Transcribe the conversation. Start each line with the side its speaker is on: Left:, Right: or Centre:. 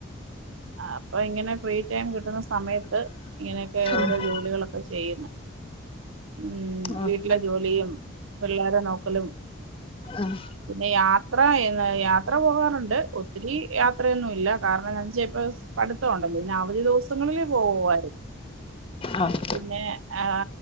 Right: അപ്പൊ ഇങ്ങനെ ഫ്രീ ടൈം കിട്ടുന്ന സമയത്ത് ഇങ്ങനെയൊക്കെ
Left: ആഹ്
Right: ഓരോ ജോലികളൊക്കെ ചെയ്യുന്നു ഉം
Left: ആഹ്
Right: വീട്ടിലെ ജോലിയും പിള്ളോരെ നോക്കലും
Left: ആഹ്
Right: പിന്നെ യാത്ര എ യാത്ര പോകാറുണ്ട് ഒത്തിരി യാത്രയൊന്നുമില്ല കാരണം ഞ ചിലപ്പോൾ പഠിത്തമുണ്ടല്ലോ ഇനി അവധി ദിവസങ്ങളിൽ പോകുമായിരുന്നു
Left: ആഹ്
Right: പിന്നെ ആ